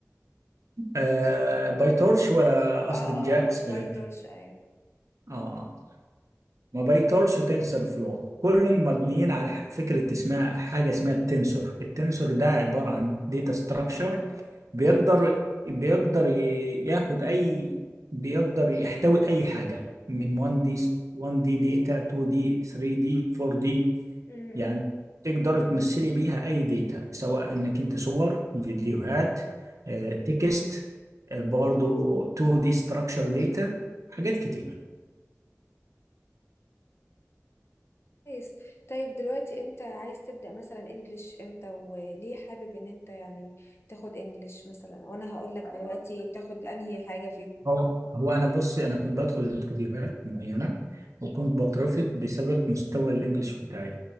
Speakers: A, on the right; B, on the left.
A: آه باي تورش ولا قصدك
B: اه
A: جاكس
B: اه اه باي
A: اه
B: تورش ايوه
A: آه. ما باي تورش وتنسر فلو كلهم مبنيين على ح- فكره اسمها حاجه اسمها التنسور التنسور ده عباره عن داتا ستراكشر بيقدر
B: امم
A: بيقدر ي- ياخد اي بيقدر يحتوي اي حاجه من 1 دي 1 دي داتا 2 دي 3 دي 4 دي
B: امم
A: يعني تقدر تمثلي بيها اي داتا سواء انك انت صور فيديوهات آه، تكست آه، برضو 2 دي ستراكشر داتا حاجات كتير
B: كويس طيب دلوقتي انت عايز تبدأ مثلا انجليش امتى وليه حابب ان انت يعني تاخد انجليش مثلا وانا هقول لك دلوقتي تاخد انهي حاجة فيهم
A: هو هو انا بصي انا كنت بدخل انترفيوهات معينه وكنت بترفض بسبب مستوى الانجليش بتاعي